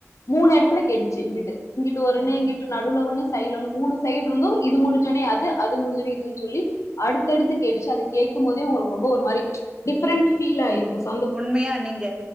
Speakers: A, on the left; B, on the right.
A: மூணு எடத்துல கேட்டுச்சு இங்குட் டு இங்கிட்டு ஒருனே
B: ஓ
A: இங்கிட்டு நடுல ஒண்ணு சைடுல ஒன்னு மூணு சைட இருந்து இது முடுஞ்சோனே அது அது முடுஞ்சோனே இதுன் சொல்லி அடுத்தடுத்து கேட்டுச்சு அது கேக்கும் போதே உங்களுக்கு ரொம்ப ஒரு மாரி டிஃப்ரெண்ட்
B: இல்ல
A: ஃபீல்லா ஆயிருக்குஸ்
B: உண்மையா நீங்க